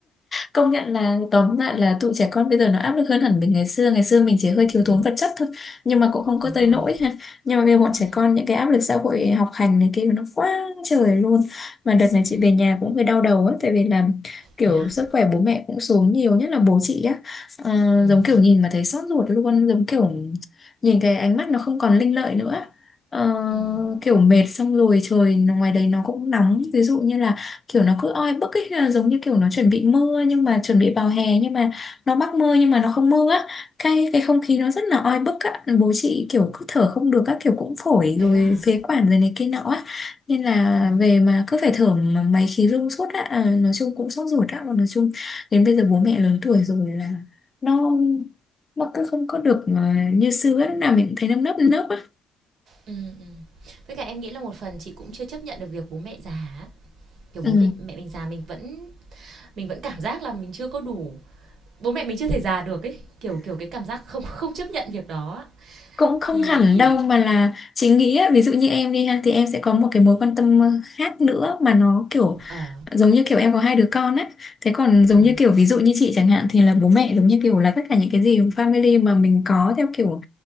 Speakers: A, on the left (about 35°); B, on the right (about 60°).
A: Công nhận là tóm lại là tụi trẻ con bây giờ nó áp lực hơn hẳn mình ngày xưa ngày xưa mình chỉ hơi thiếu
B: Ừ,
A: thốn vật chất thôi nhưng mà cũng không
B: đúng
A: có tới
B: rồi
A: nỗi ha nhưng mà bây giờ bọn trẻ
B: Ừ,
A: con những cái áp lực xã hội học hành này kia nó quá trời luôn mà đợt này chị
B: ừ
A: về nhà cũng hơi đau đầu á tại vì là kiểu
B: đấy à
A: sức khỏe bố mẹ cũng xuống nhiều nhất là bố chị á à,
B: Ừm,
A: giống kiểu nhìn mà thấy xót ruột luôn giống kiểu nhìn cái ánh mắt nó không còn linh lợi nữa Ờ,
B: ừm,
A: kiểu mệt xong rồi trời ngoài đấy nó cũng nóng ví dụ như là kiểu nó cứ oi bức ấy là giống như kiểu nó chuẩn bị mưa nhưng mà chuẩn bị vào hè nhưng mà nó mắc mưa nhưng mà nó không mưa á cái cái không khí nó rất là oi bức á bố chị kiểu cứ thở không được các kiểu cũng phổi
B: vậy
A: rồi
B: đó hả?
A: phế quản rồi này kia nọ á nên là
B: Ừm,
A: về mà cứ phải thở mà máy khí rung suốt á à, nói chung cũng sốt ruột á và nói chung đến bây giờ bố mẹ lớn tuổi rồi là nó nó cứ không có được à, như xưa á lúc nào mình cũng thấy nâm nấp nấp á
B: ừm, ừm. Với cả em nghĩ là một phần chị cũng chưa chấp nhận được việc bố mẹ già á, kiểu,
A: ừ.
B: bố mình mẹ mình già mình vẫn mình vẫn cảm giác là mình chưa có đủ, bố mẹ mình chưa thể già được ấy, kiểu, kiểu, cái cảm giác không không chấp nhận việc đó á.
A: cũng không
B: Thì
A: hẳn đâu mà là chị nghĩ á, ví dụ như em đi ha thì em sẽ có một cái mối quan tâm ờ, khác nữa mà nó kiểu
B: ờ,
A: giống như kiểu em có hai đứa con á thế còn giống
B: ờ,
A: như kiểu ví dụ như chị chẳng hạn thì là bố mẹ giống như kiểu là tất cả những cái gì family mà mình có theo kiểu